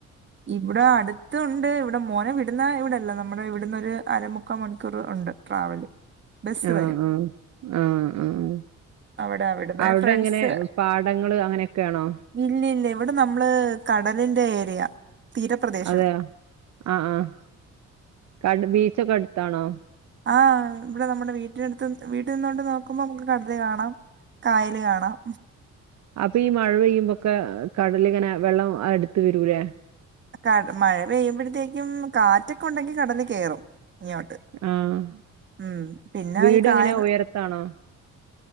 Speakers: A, on the right; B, on the right.
A: ഇവിടെ അടുത്തുണ്ട്. ഇവിടെ മോനെ വിടുന്ന ഇവിടെല്ലാ. നമ്മുടെ ഇവിടുന്നൊരു അരമുക്കാ മണിക്കൂറ് ഉണ്ട്. ട്രാവല്. ബസ്സ്
B: ആഹ്
A: വരും
B: ആഹ്. ആഹ് ആഹ്.
A: അവിടെ അവിടുന്ന്
B: അവ്ടെ
A: ഫ്രണ്ട്സ്
B: ങ്ങനെ. പാടങ്ങള് അങ്ങനെക്കെണോ?
A: ഇല്യ ല്യ. ഇവിടെ നമ്മള് കടലിന്റെ ഏരിയ. തീരപ്രദേശം
B: അതെയോ. ആഹ് ആഹ് കടു ബീച്ചൊക്കെ അടുത്താണോ?
A: ആഹ് ഇവടെ നമ്മുടെ വീട്ടിനടുത്ത്ന്ന്‌ വീട്ടിൽ നിന്നോണ്ട് നോക്കുമ്പോ നമുക്ക് കടല് കാണാം. കായല് കാണാം.
B: അപ്പൊ ഈ മഴ പെയ്യുമ്പൊക്കെ കടലിങ്ങനെ വെള്ളം അടുത്ത് വരൂലേ.
A: കട മഴ പെയ്യുമ്പഴത്തേക്കും കാറ്റൊക്കെ ഉണ്ടെങ്കി കടല് കേറും ഇങ്ങോട്ട്.
B: ആഹ്
A: ഉം പിന്നെ
B: വീട്
A: ഈ കായൽ
B: എങ്ങനെ ഉയർത്താണോ?